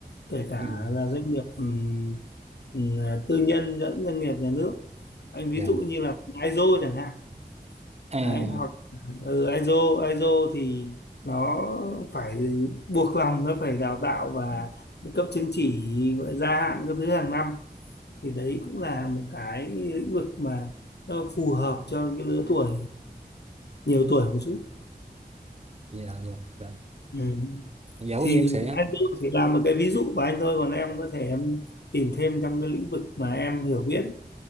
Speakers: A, on the left; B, on the right.
A: kể cả
B: ừ.
A: là doanh nghiệp ừm, ừm, tư nhân lẫn doanh nghiệp nhà nước anh ví
B: dạ
A: dụ như là ISO chẳng hạn
B: à
A: đấy hoặc ừ, ISO ISO thì nó phải buộc lòng nó phải đào tạo và cấp chứng chỉ gia hạn các thứ hàng năm thì đấy cũng là một cái lĩnh vực mà nó phù hợp cho cái lứa tuổi nhiều tuổi một chút
B: dạ dạ dạ
A: ừ.
B: dạ có
A: thì
B: gì em
A: ISO
B: sẽ
A: chỉ là một cái ví dụ của anh thôi còn em có thể em tìm thêm trong cái lĩnh vực mà em hiểu biết